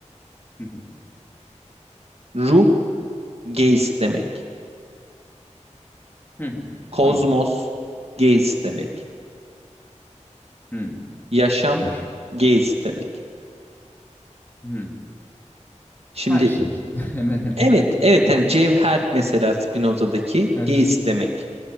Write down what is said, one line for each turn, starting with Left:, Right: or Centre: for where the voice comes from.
Left: Hı hı.
Right: Ruh Geist demek.
Left: Hı hı.
Right: Kozmos
Left: Tamam.
Right: Geist demek.
Left: Hmm.
Right: Yaşam
Left: Her.
Right: Geist demek.
Left: Hmm.
Right: Şimdi
Left: Her şey. <laughs> Hemen hemen.
Right: evet evet hani cevher mesela Spinoza'daki
Left: Hı hı.
Right: Geist demek.